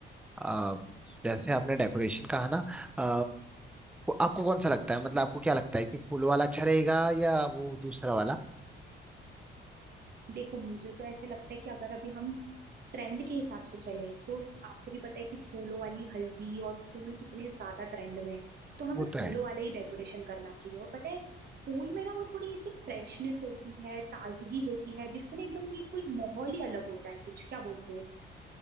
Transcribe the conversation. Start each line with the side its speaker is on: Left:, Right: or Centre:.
Centre: आ, जैसे आपने डेकोरेशन कहा ना आ, आपको कौन सा लगता है मतलब आपको क्या लगता है कि फूल वाला अच्छा रहेगा या वो दूसरा वाला
Right: देखो मुझे तो ऐसा लगता है कि अगर अभी हम ट्रेंड के हिसाब से चले तो आपको भी पता है कि फूलों वाली हल्दी और फूल कितने ज्यादा ट्रेंड में है तो हमें
Centre: वो तो
Right: फूलों
Centre: है
Right: वाला ही डेकोरेशन करना चाहिए और पता है फूल में ना वो थोड़ी ऐसी फ्रेशनेस होती है ताजगी होती है जिससे ना एकदम बिल्कुल माहौल ही अलग होता है कुछ क्या बोलते हो